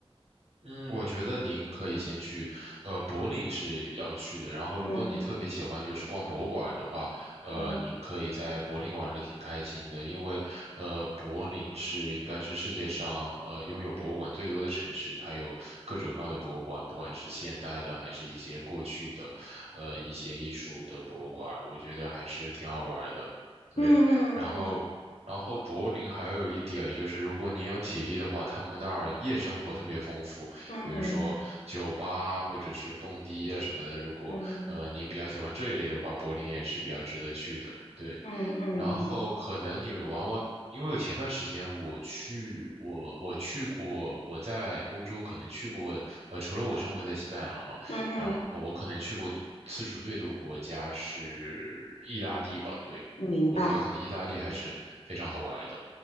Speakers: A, on the right; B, on the left.
A: 嗯，我觉得您可以先去，呃，柏林是要去的。然后，如果你特别喜欢就是逛博物馆的话，
B: 嗯
A: 呃，
B: 嗯
A: 您可以在柏林玩的挺开心的，因为，呃，柏林是应该是世界上呃拥有博物馆最多的城市，它有各种各样的博物馆，不管是现代的还是一些过去的，呃，一些艺术的博物馆，我觉得还是挺好玩的。对，
B: 嗯嗯
A: 然后。然后柏林还有一点就是，如果你有体力的话，他们那儿夜生活特别丰富。
B: 嗯嗯
A: 比如说酒吧啊或者是蹦迪啊什么的。如果呃您比较喜欢这一类的话，
B: 嗯
A: 柏林也是比较值得去的。对，
B: 嗯嗯嗯
A: 然后可能你玩玩，因为我前段时间我去我我去过，我在欧洲可能去过，呃，除了我生活在西班牙嘛，
B: 嗯嗯，
A: 然后我可能去过次数最多国家是意大利吧，对。
B: 嗯明白。
A: 我觉得可能意大利还是非常好玩的。